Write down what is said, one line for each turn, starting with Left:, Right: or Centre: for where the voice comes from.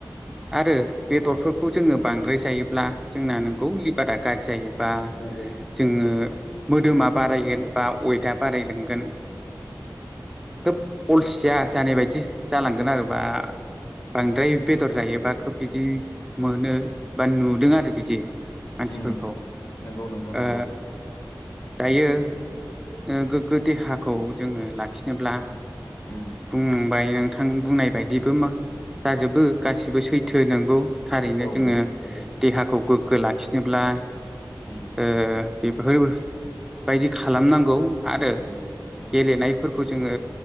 Centre: आरो बेदरफोरखौ जोङो बांद्राय जायोब्ला जोंना नोंगौ लिभारा गाज्रि जायो बा
Left: नंगौ
Centre: जोङो मोदोमा बारायगोन बा अयटा बाराय दोंगोन खोब अलसिया जानाय बायदि जालांगोन आरो बा बांद्राय बेदर जायोबा खोब बिदि मोनो बा नुदों आरो बिदि मानसिफोरखौ
Left: उम
Centre: ओ
Left: नंगौ नोंथां नंगौ
Centre: दायो ओ गोग्गो देहाखौ जोङो लाखिनोब्ला
Left: उम
Centre: बुंबाय नों थां बुंनाय बायदिबो मा जाजोबो गासिबो सैथो नोंगौ थारैनो
Left: औ
Centre: जोङो
Left: नोंथां नंगौ
Centre: देहाखौ गोग्गो लाखिनोब्ला
Left: उम
Centre: ओ बे फोरबायदि खालामनांगौ आरो
Left: उम
Centre: गेलेनायफोरखौ जोङो